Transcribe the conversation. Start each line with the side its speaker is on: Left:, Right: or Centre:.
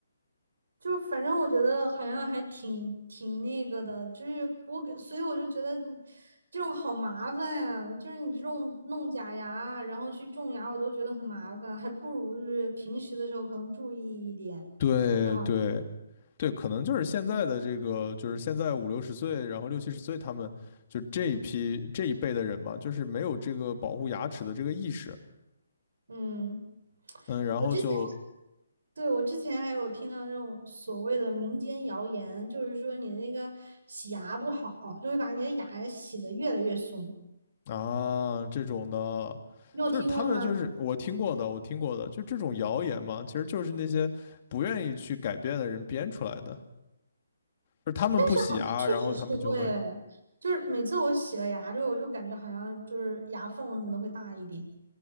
Right: 就反正我觉得好像还挺挺那个的，就是我给，所以我就觉得这种好麻烦呀、啊就是你这种弄假牙啊，然后去种牙，我都觉得很麻烦，还不如就是平时的时候可能注意一点
Left: 对对
Right: 会好。
Left: 对，可能就是现在的这个，就是现在五六十岁，然后六七十岁，他们就这一批这一辈的人嘛，就是没有这个保护牙齿的这个意识，
Right: 嗯，
Left: 嗯，然后就
Right: 我之前对我之前还有听到那种所谓的民间谣言，就是说你的那个洗牙不好，就会把你的牙洗得越来越松，
Left: 啊，这种的，
Right: 你有听过吗？
Left: 就是他们就是我听过的，我听过的，就这种谣言嘛，其实就是那些不愿意去改变的人编出来的，就是他们不洗牙，
Right: 但是好像确实是会，
Left: 然后他们就会，
Right: 就是每次我洗了牙之后，我就感觉好像就是牙缝什么的会大一点。